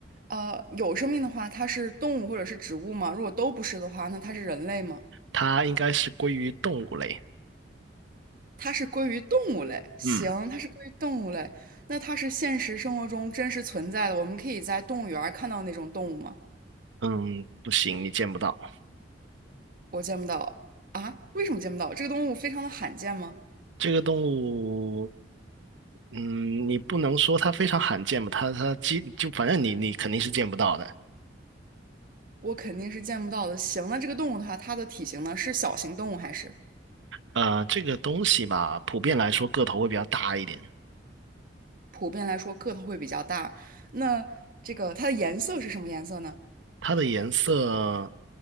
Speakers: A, on the right; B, on the right.
A: 呃，有生命的话，它是动物或者是植物吗？如果都不是的话，那它是人类吗？
B: 它应该是归于动物类。
A: 它是归于动物类。行，
B: 嗯
A: 它是归于动物类。那它是现实生活中真实存在的，我们可以在动物园儿看到那种动物吗？
B: 嗯，不行，你见不到
A: 我见不到啊？为什么见不到？这个动物非常的罕见吗？
B: 这个动物。嗯，你不能说它非常罕见吧？它它基就反正你你肯定是见不到的。
A: 我肯定是见不到的。行，那这个动物的话，它的体型呢，是小型动物还是
B: 呃，这个东西吧，普遍来说个头会比较大一点。
A: 普遍来说个头会比较大？那这个它的颜色是什么颜色呢？
B: 它的颜色，